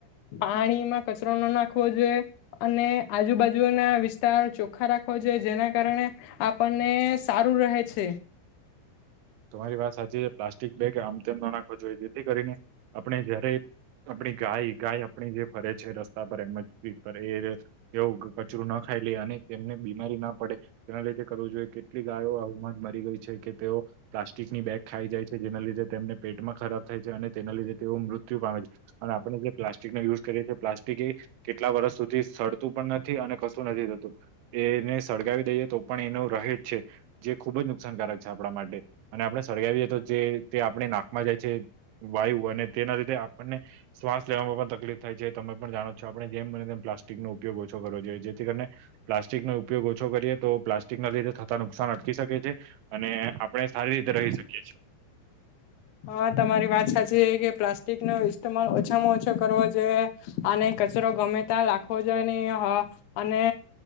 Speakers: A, on the left; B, on the right.
A: પાણીમાં કચરો ન નાખવો જોઈએ અને આજુબાજુના વિસ્તાર ચોખા રાખવો જોઈએ જેના કારણે આપણને સારું રહે છે
B: તમારી વાત સાચી છે પ્લાસ્ટિક બેગ આમ તેમ ના નાખવો જોઈએ જેથી કરીને આપણે જયારે આપણી ગાય ગાય આપણી જે ફરે છે રસ્તા પર એમ પર એ તેઓ કચરું ના ખાઈ લે અને તેમને બીમારી ના પડે તેના લીધે કરવું જોઈએ કેટલી ગાયો આવમાં જ મરી ગઈ છે કે તેઓ પ્લાસ્ટિકની બેગ ખાઈ જાય છે જેના લીધે તેમને પેટમાં ખરાબ થાય છે અને તેના લીધે તેઓ મૃત્યુ પામે છે અને આપણે જે પ્લાસ્ટિકનો યુઝ કરીએ છી પ્લાસ્ટિક એ કેટલા વર્ષ સુધી સડતું પણ નથી અને કશું નથી થતું એને સળગાવી દઈએ તો પણ એનો રહેજ છે જે ખૂબ જ નુકસાનકારક છે આપણા માટે અને આપણે સળગાવીએ તો જે તે આપણે નાકમાં જાય છે વાયુ અને તેના લીધે આપણને શ્વાસ લેવામાં પણ તકલીફ થાય છે તમે પણ જાણો છો આપણે જેમ મને તેમ પ્લાસ્ટિક નો ઉપયોગ ઓછો કરવો જોઈએ જેથી કરીને પ્લાસ્ટિક નો ઉપયોગ ઓછો કરીએ તો પ્લાસ્ટિક ના લીધે થતા નુકસાન અટકી શકે છે અને આપણે સારી રીતે રહી શકીએ છીએ
A: હા તમારી વાત સાચી કે પ્લાસ્ટિક નો ઇસતમાલ ઓછામાં ઓછો કરવો જોઈએ અને કચરો ગમે ત્યાં લખવો જોઈએ નહી હ અને